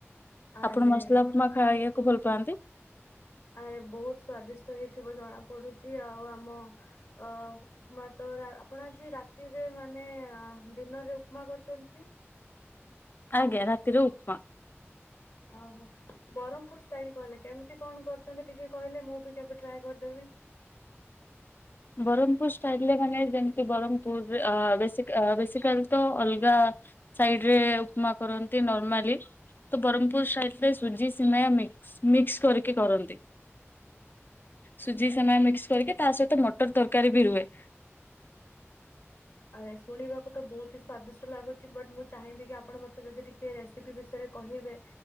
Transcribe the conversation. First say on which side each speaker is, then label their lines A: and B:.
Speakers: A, on the left (about 70°); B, on the left (about 45°).
A: ଆରେ
B: ଆପଣ ମସଲା ଉପମା ଖାଇବାକୁ ଭଲ ପାଆନ୍ତି?
A: ଆରେ ବହୁତ ସ୍ଵାଦିଷ୍ଟ ହେଇଥିବ ଜଣା ପଡୁଛି ଆଉ ଆମ ଅ ଉପମା ତ ଆ-ଆପଣ ଆଜି ରାତିରେ ମାନେ ଆ ଡିନରରେ ଉପମା କରିଛନ୍ତି ଯେ?
B: ଆଜ୍ଞା ରାତିରେ ଉପମା।
A: ଓହୋ ବ୍ରହ୍ମପୁର ଷ୍ଟାଇଲ କହିଲେ କେମିତି କଣ କରୁଛନ୍ତି? ଟିକେ କହିଲେ ମୁଁ ବି କେବେ ଟ୍ରାଏ କରିଦେବି।
B: ବ୍ରହ୍ମପୁର ଷ୍ଟାଇଲରେ ମାନେ ଯେମିତି ବ୍ରହ୍ମପୁର ଅ ବେଶିକ ଅ ବେଶିକାଲି ତ ଅଲଗା। ସାଇଡ ରେ ଉପମା କରନ୍ତି ନର୍ମାଲି। ତ ବ୍ରହ୍ମପୁର ସାଇଡରେ ସୁଜି ସିମେୟା ମିକ୍ସ ମିକ୍ସ କରିକି କରନ୍ତି। ସୁଜି ସିମେୟା ମିକ୍ସ କରିକି ତା ସହିତ ମଟର ତରକାରୀ ବି ରୁହେ।
A: ଆ ଏ ଶୁଣିବାକୁ ତ ବହୁତ ହି ସ୍ଵାଦିଷ୍ଟ ଲାଗୁଛି ବଟ୍ ମୁଁ ଚାହିଁବି କି ଆପଣ ମତେ ଯଦି ଟିକେ ରେସିପି ବିଷୟରେ। କହିବେ।